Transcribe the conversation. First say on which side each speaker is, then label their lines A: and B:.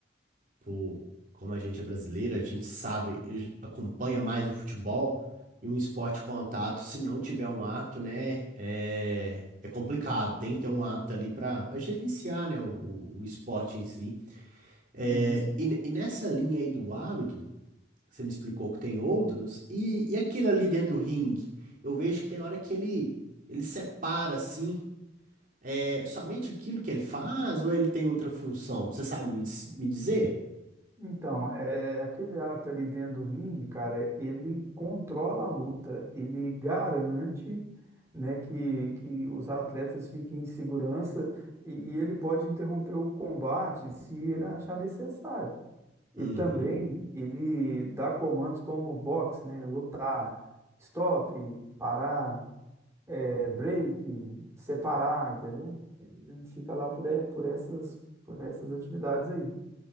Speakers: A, on the right; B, on the right.
A: tipo, como a gente é brasileira, a gente sabe, a gente acompanha mais o futebol e um esporte de contato, se não tiver um árbitro, né, é, é complicado. Tem que ter um árbitro ali para para gerenciar, né, o, o esporte em si. É,
B: Sim, sim.
A: e, ne- e nessa linha aí do árbitro, você me explicou que tem outros, e, e aquele ali dentro do ringue? Eu vejo que tem hora que ele. Ele separa assim, é somente aquilo que ele faz ou ele tem outra função? Você sabe me, dis- me dizer?
B: Então, é, aquele árbitro ali dentro do ringue, cara, ele controla a luta, ele garante, né, que, que os atletas fiquem em segurança e, e ele pode interromper o combate se ele achar necessário. E
A: Uhum.
B: também ele dá comandos como box, né, lutar, stop, parar, é, break, separar, entendeu? Ele fica lá por, e- por essas, por essas atividades aí.